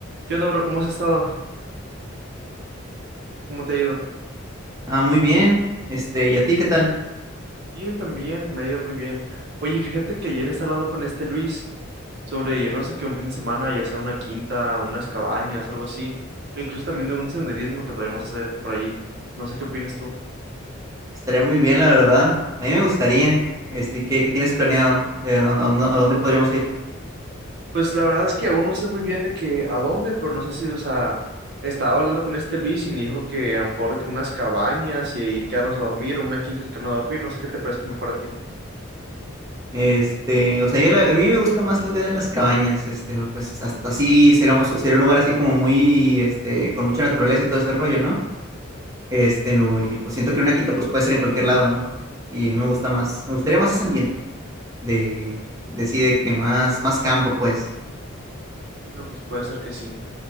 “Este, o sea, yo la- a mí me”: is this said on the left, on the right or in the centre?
Right